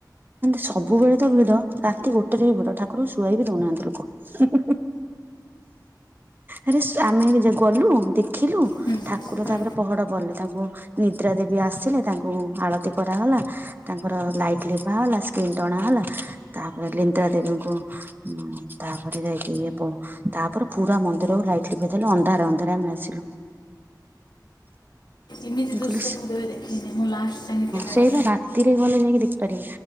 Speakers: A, on the right; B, on the left.
A: ସବୁବେଳେ ତ ଭିଡ ରାତି ଗୋଟେରେ ବି ଭିଡ ଠାକୁରଙ୍କୁ ଶୁଆଇ ବି ଦଉନାହାନ୍ତି ଲୋକ। ଆରେ ଶୁ ଆମେ ଗଲୁ ଦେଖିଲୁ
B: ହୁଁ
A: ଠାକୁର
B: ହୁଁ
A: ତାପରେ ପହଡ ପଡିଲେ ତାଙ୍କୁ ନିଦ୍ରା ଦେବୀ ଆସିଲେ ତାଙ୍କୁ ଆଳତି କରାଗଲା। ତାଙ୍କର ଲାଇଟ ଲିଭା ହେଲା ସ୍କ୍ରିନ୍ ଟଣା ହେଲା ତାପରେ ଲିନ୍ଦ୍ରା ଦେବୀଙ୍କୁ ହୁଁ ତାପରେ ଯାଇ ଇଏବ ତାପରେ ପୁରା ମନ୍ଦିରକୁ ଲାଇଟ୍ ଲିଭେଇ ଦେଲେ ଅନ୍ଧାରେ ଅନ୍ଧାରେ ଆମେ ଆସିଲୁ।
B: ଏମିତି
A: ମୁଁ
B: ଦୁଶ
A: କହିଲି
B: କରିବ ଦେଖି ମୁଁ ଲାଷ୍ଟ ସାଙ୍ଗେ କେବେ
A: ସେଇବା
B: <unintelligible>
A: ରାତିରେ ଗଲେ ଯାଇକି ଦେଖିପାରିବ।